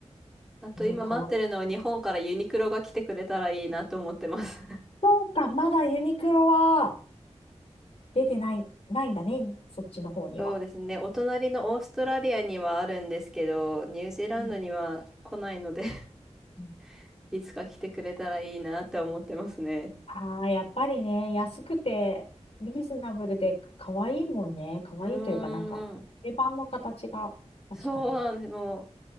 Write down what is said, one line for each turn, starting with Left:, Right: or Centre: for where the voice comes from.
Centre: あと今待ってるのは日本からユニクロが来てくれたらいいなと思ってます。
Left: うね、変わる。
Centre: <laughs>
Left: そうか、まだユニクロは出てない、ないんだね、そっちの方には。
Centre: そうですね。お隣のオーストラリアにはあるんですけど、ニュージーランドには来ないので
Left: うんうん
Centre: <laughs> いつか来てくれたらいいなって思ってますね。
Left: ああ、やっぱりね、安くて、リーズナブルで、可愛いもんね。可愛いというか、
Centre: うーん。
Left: なんか、定番の形が、確かに。
Centre: そうなんです。も